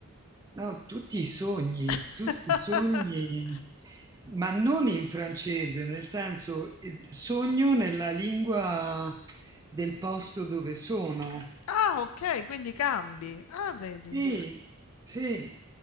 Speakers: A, on the right (about 15°); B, on the left (about 80°).
A: No, tutti i sogni,
B: <laughs>
A: tutti i sogni, ma non in francese, nel senso eh, sogno nella lingua del posto dove sono.
B: Ah, ok, quindi cambi. Ah, vedi.
A: E sì,